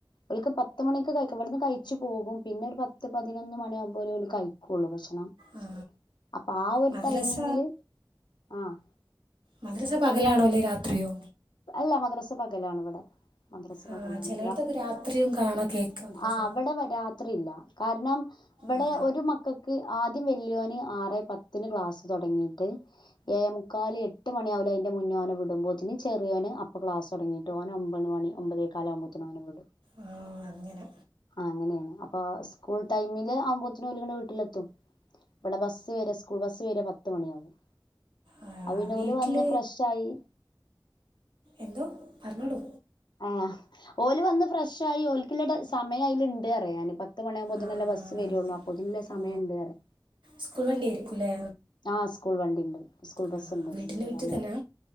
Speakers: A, on the left; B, on the right.
A: ഓക്ക് പത്ത് മണിക്ക് കഴിക്ക ഇവിടുന്ന് കഴ ച് പോകും പിന്നെ ഒരു പത്ത് പതിനൊന്ന് മണിയ ആകുമ്പോലേ കഴിക്കുള്ളൂ ഭക്ഷണം
B: ആ
A: അപ്പൊ ആ ഒരു
B: മദ്രസ
A: ടൈമിങ്ങില് ആഹ്
B: മദ്രസ്സ പകലാണോ അല്ലെ രാത്രിയോ
A: അല്ല മദ്രസ പകലാണ് ഇവിടെ മദ്രസ
B: ആ
A: പകലാണ്
B: ചിലയിടത്തൊക്കെ രാത്രിയും കാണാം കേക്ക് മദ്രസ
A: ആഹ് അവിടെ രാത്രി അറിയില്ല കാരണം ഇവിടെ
B: ആ
A: ഒരു മക്കൾക്ക് ആദ്യം വല്യോന് ആറ് പത്തിന് ക്ലാസ് തുടങ്ങിയിട്ട് ഏഴേമുക്കാല് എട്ട് എട്ട് മണിയാവില്ല അതിന്റെ മുന്നോനെ വിടുമ്പോത്തിന് ചെറിയോന് അപ്പോ ക്ലാസ്തുടങ്ങയിട്ട് ഓന് ഒമ്പത് മണി ഒമ്പതേകാലമ്പോത്തിന് ആഹ്
B: ആ അങ്ങനെ
A: അങ്ങനെയാണ് ആഹ് സ്കൂൾ ടൈമില് ആവുമ്പോത്തന ഓലിങ്ങാട്ട് വീട്ടിലെത്തും ഇവിടെ ബസ്സ് വരെ സ്കൂൾ ബസ്സ് വര പത് ത് മണിയാവും
B: ആ,
A: അത് പിന്നെ
B: വീട്ടിൽ
A: ഓല് വന്ന് ഫ്രഷായി
B: എന്തോ പറഞ്ഞോളൂ
A: ആഹ് ഓല് വന്ന് ഫ്രഷ ആയി ഓലക്കുളള സമയം അതിൽ ഇണ്ട് അറിയ ഇപ്പം പത്ത് മണിയ ആകുമ്പോത്തന്നല്ല
B: ആ
A: ബസ്സ് വരുള്ളൂ
B: അങ്ങനെ.
A: അപ്പൊതില്ല സമയം
B: ഓ
A: ഉണ്ട് പറയ
B: സ്കൂൾ വണ്ടി ആയിരിക്കും അല്ലേ
A: ആഹ് സ്കൂൾ വണ്ടി ഉണ്ട് സ്കൂൾ
B: ആ
A: ബസ് ഉണ്ട്
B: വീട്ടിൻ്റെ
A: നമ്മുടെ
B: വീട്ടിൽ
A: കൂടെ
B: തന്നെ